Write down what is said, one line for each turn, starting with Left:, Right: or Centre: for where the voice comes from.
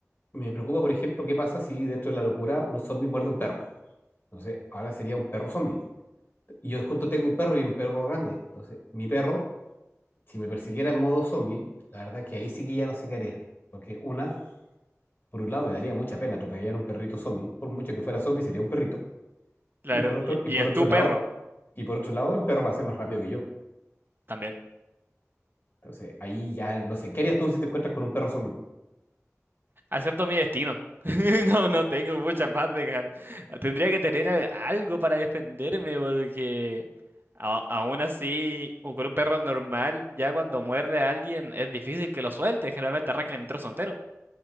Left: me preocupa, por ejemplo, qué pasa si dentro de la locura un zombie muerde a un perro. Entonces, ahora sería un perro zombie. Y yo justo tengo un perro y un perro grande. Entonces, mi perro, si me persiguiera en modo zombie, la verdad que ahí sí que ya no sé qué haría. Porque una, por un lado me daría mucha pena atropellar a un perrito zombie. Por mucho que fuera zombie, sería un perrito.
Right: Claro,
Left: Y por otro,
Right: y,
Left: y
Right: y
Left: por
Right: es
Left: otro
Right: tu
Left: lado,
Right: perro
Left: y por otro lado, el perro va a ser más rápido que yo.
Right: también.
Left: Entonces, ahí ya no sé, ¿qué harías tú si te encuentras con un perro zombie?
Right: Acepto mi destino. <laughs> No, no tengo muchas más de ganar. Tendría que tener a- algo para defenderme porque a- aún así, o con un perro normal, ya cuando muerde a alguien es difícil que lo suelte. Generalmente arrancan el trozo entero.